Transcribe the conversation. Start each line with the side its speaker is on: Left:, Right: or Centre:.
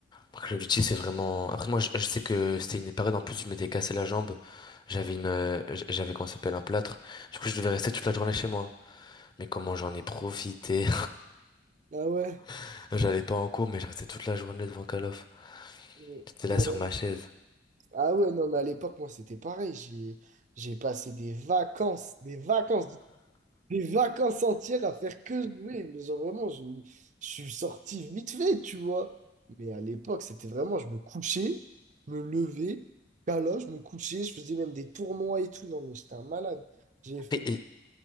Left: Après, L'objectif, c'est vraiment. Après, moi, je, je sais que c'était une période en plus, je m'étais cassé la jambe. J'avais une, euh, j- j'avais comment ça s'appelle un plâtre. Du coup, je devais rester toute la journée chez moi. Mais comment j'en ai profité.
Right: Ah ouais.
Left: <laughs> J'allais pas en cours, mais je restais toute la journée devant Call of.
Right: euh,
Left: J'étais là
Right: ouais.
Left: sur ma chaise.
Right: Ah ouais, non, mais à l'époque, moi, c'était pareil. J'ai, j'ai passé des vacances, des vacances Des vacances entières à faire que jouer. Mais genre, vraiment, je, me- je suis sorti vite fait, tu vois. Mais à l'époque, c'était vraiment, je me couchais, je me levais, là, je me couchais, je faisais même des tournois et tout. Non, mais j'étais un malade. J'ai fait
Left: Et
Right: des...
Left: et